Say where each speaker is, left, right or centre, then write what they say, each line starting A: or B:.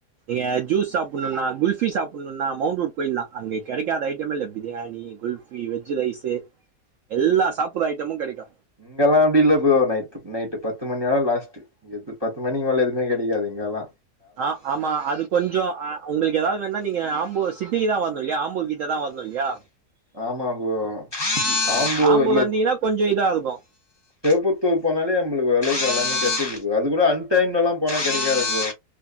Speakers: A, on the right; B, on the right.
A: நீங்க
B: ம்
A: ஜூஸ் சாப்பிடுன்னா குல்பி சாப் னுன்னா மௌண்ட் ரூட் போய்லா அங்க கிடைக்காத ஐட்டம் இல்ல பிரியாணி குல்ஃபி வெஜ் ரைஸு எல்லா சாப்புர ஐட்டமு கிடைக்கு
B: இங்கெல்லா அப்டி இல்ல ப்ரோ நைட் நைட்டு பத்து மணி ஓட லாஸ்ட் எது பத்து மணிக்கு மேல எதுமே கிடைக்காது ங்கலா
A: ஆ ஆமா அது கொஞ்சோ அ உங்களுக்கு ஏதாவது வேனா நீங்க ஆம்பு சிட்டிக்குதா வரனுலயா ஆம்புர் கிட்டதா வரனு இல்லையா
B: ஆமா ப்ரோ
A: ம்
B: ஆம்பூர்ல
A: ஆம்பூர் வந்தீங்கன்னா கொஞ்சோ இதா இருக்கு
B: புத்தூர் போனாலே நம்ளுக்கு ஓரளவுக்கு எல்லாமே கெடச்சிர்து ப்ரோ அது கூட அன்டைம்லலா போனா கெடைக்காது ப்ரோ